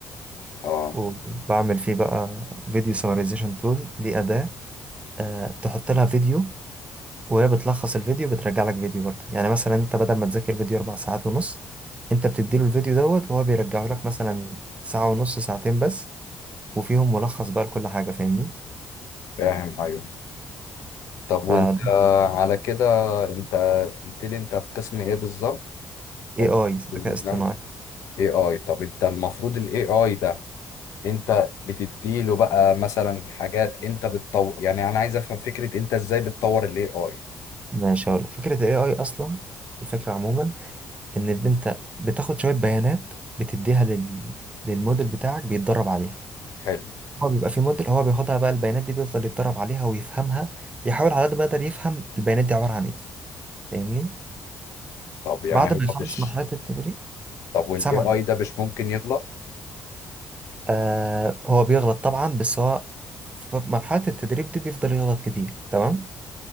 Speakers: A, on the left (about 75°); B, on the right (about 25°).
A: اه
B: وبعمل فيه بقى فيديو سمرايزيشن تول دي أداة أه تحط لها فيديو وهي بتلخص الفيديو بترجع لك فيديو برضه يعني مثلا انت بدل ما تذاكر فيديو اربع ساعات ونص انت بتديله الفيديو دوت وهو بيرجعه لك مثلا ساعة ونص ساعتين بس وفيهم ملخص بقى لكل حاجة فاهمني
A: فاهم ايوه طب وانت
B: فده
A: آه، على كده انت قلت لي انت في قسم ايه بالظبط
B: اي
A: او
B: اي ذكاء
A: بتاع
B: اصطناعي
A: اي اي طب انت المفروض الاي اي ده انت بتديله بقى مثلا حاجات انت بتطور يعني انا عايز افهم فكرة انت ازاي بتطور الاي اي
B: ماشي هقول فكرة الاي اي اصلا الفكرة عموما ان انت بتاخد شوية بيانات بتديها لل... للموديل بتاعك بيتدرب عليها
A: حلو
B: هو بيبقى في موديل هو بياخدها بقى البيانات دي بيفضل يتدرب عليها ويفهمها بيحاول على قد ما يقدر يفهم البيانات دي عبارة عن ايه فاهمني
A: طب يعني
B: بعد ما يخلص
A: هو مش
B: مرحلة التدريب
A: طب والاي
B: سمع
A: اي ده مش ممكن يغلط
B: آه هو بيغلط طبعا بس هو في مرحلة التدريب دي بيفضل يغلط كتير تمام